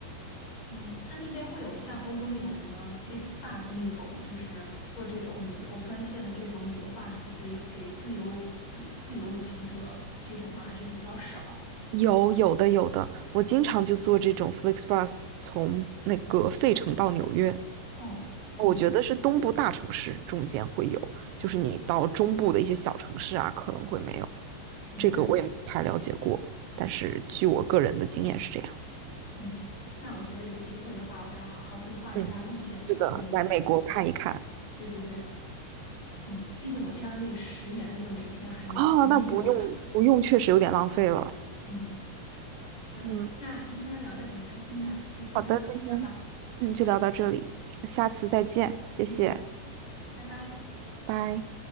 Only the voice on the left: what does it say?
嗯，那那边会有像欧洲那种什么 FlixBus 那种，就是做这种旅游专线的这种旅游 bus 给给自由自自由旅行者这种吗？还是比较少？
哦，嗯，
明白。
嗯，那我觉得有机会的话，我要好好规划一下路线，
然后那个，
对对对，嗯，毕竟我签了那个十年的那个美签，还一次都没用过呢。
嗯嗯，
呃那今天聊的挺开心的，就先聊到这儿吧。
嗯，好，拜拜。